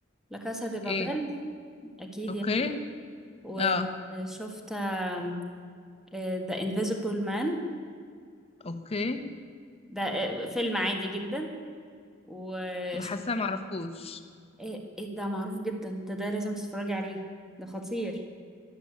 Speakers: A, in the centre; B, on the left.
A: لا كاسا دي بابيل
B: ايه
A: اكيد
B: اوكي
A: يعني وشفت
B: اه
A: آم، آه، The Invisible Man
B: اوكي
A: ده آه، فيلم عادي جدا وشفت
B: حاسه معرفوش
A: ايه إيه ده معروف جدا ده ده لازم تتفرجي عليه ده خطير